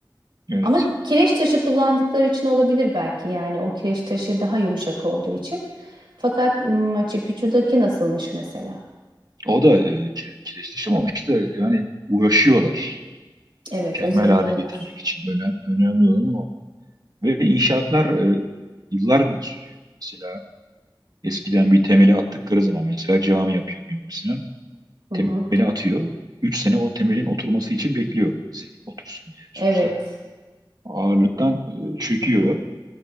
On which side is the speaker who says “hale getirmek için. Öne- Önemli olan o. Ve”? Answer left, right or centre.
Right